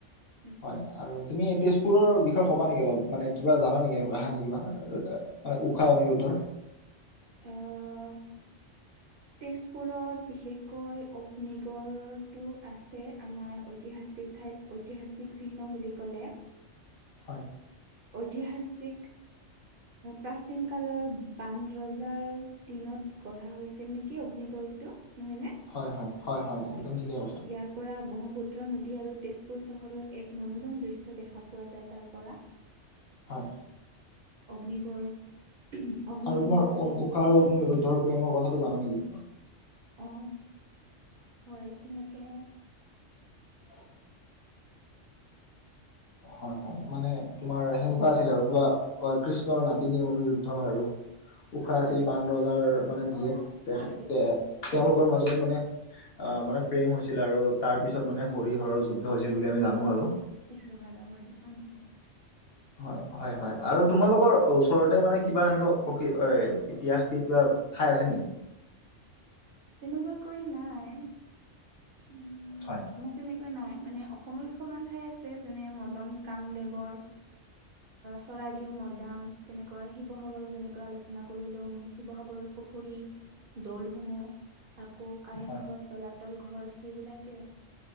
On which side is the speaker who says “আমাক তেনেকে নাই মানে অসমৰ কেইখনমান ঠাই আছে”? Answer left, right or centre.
Right